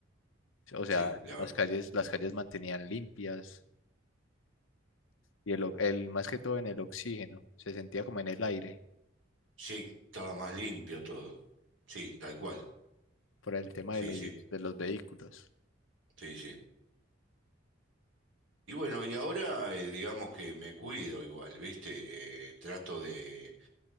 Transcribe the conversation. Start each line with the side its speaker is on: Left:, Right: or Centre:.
Left: O sea,
Right: sí, la ver-
Left: las calles, las calles mantenían limpias y el, o- el, más que todo en el oxígeno, se sentía como en el aire
Right: Sí, estaba más limpio todo. Sí, tal cual.
Left: por el tema
Right: Sí,
Left: de los,
Right: sí,
Left: de los vehículos.
Right: sí, sí. Y bueno, y ahora eh, digamos que me cuido igual, ¿viste? Eh, trato de...